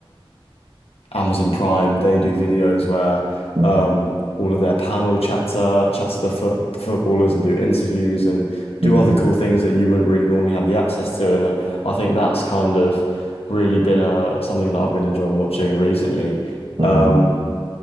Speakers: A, on the left; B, on the right.
A: Amazon Prime, they do videos where
B: mm, mm,
A: um, all of their panel chats to chats to the foot footballers and do interviews and do
B: mm,
A: other cool things that you wouldn't really normally have the access to. And I think that's kind of really been uh, something that I've been enjoying watching recently.
B: mm,
A: Um,